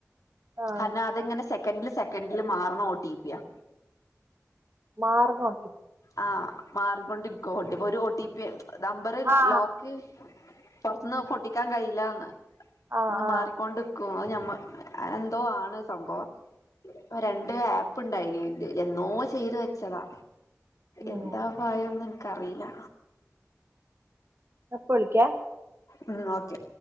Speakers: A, on the right (about 50°); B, on the left (about 85°).
A: ആ
B: കാരണം അത്ങ്ങനെ സെക്കൻഡില് സെക്കൻഡ് ല് മാറ്ണ ഓ ടി പി യാ
A: മാർണ ഒ ടി
B: ആഹ് മാറിക്കൊണ്ടിരിക്ക ഒ ടി ഒരു ഒ ടി പി നമ്പർ
A: ആ
B: ലോക്ക് പൊറത്ത്ന്ന് അത് പൊട്ടിക്കാൻ കഴയില്ലാന്ന്
A: ആ
B: അങ്
A: ആ
B: മാറി കൊണ്ട്ക്കും അഹ് ഞമ്മ എന്തോ ആണ് സംഭവം രണ്ട് ആപ്പ്ണ്ടായിന്ന് തിൽ എന്നോ ചെയ്തു വെച്ചതാ
A: ഉം
B: എന്താ പ്രായംന്ന് എനിക്കറിയില്ല
A: ഞാൻ ഇപ്പ വിളിക്കെ
B: ഉം ഓക്കെ